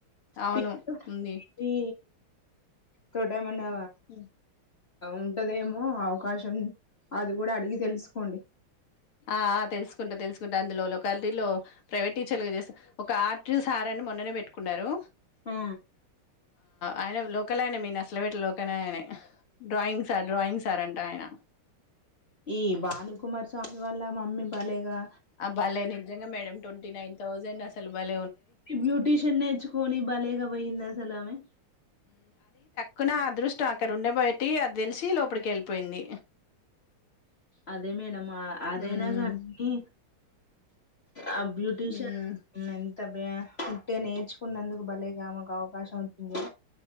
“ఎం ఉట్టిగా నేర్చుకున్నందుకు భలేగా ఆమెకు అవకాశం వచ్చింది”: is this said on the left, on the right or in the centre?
Left